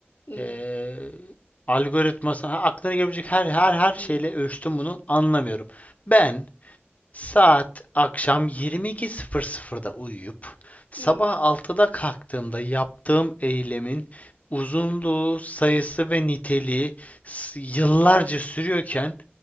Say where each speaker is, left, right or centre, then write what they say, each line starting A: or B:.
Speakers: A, on the left; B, on the left.
A: hı,
B: eee algoritması ha, aklına gelebilecek her her her şeyle
A: hı,
B: ölçtüm bunu anlamıyorum. Ben Saat akşam 22.00'da uyuyup sabah
A: hı.
B: altıda kalktığımda yaptığım eylemin uzunluğu, sayısı ve niteliği yıllarca sürüyorken